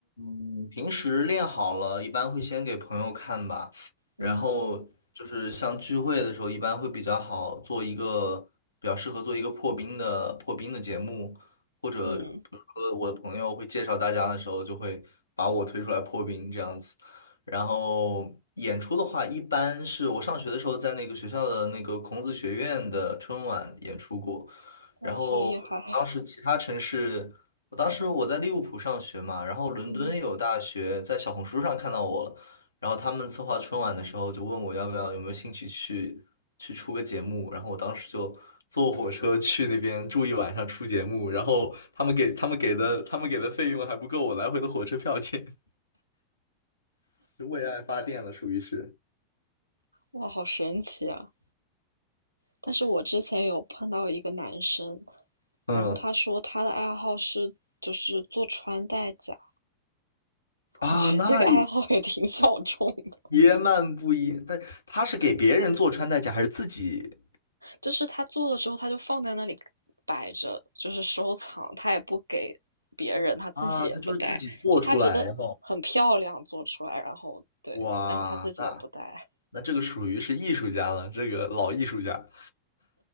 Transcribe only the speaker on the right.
嗯
嗯，
哇，
好厉害啊，
嗯。
哇，好神奇啊！但是我之前有碰到一个男生，然后他说他的爱好是就是做穿戴甲，
我觉得这个爱好也挺小众的
就是他做了之后他就放在那里摆着，就是收藏，他也不给别人，他自己也不戴，
就他觉得很漂亮做出来，
然后对，
但是他自己也不戴，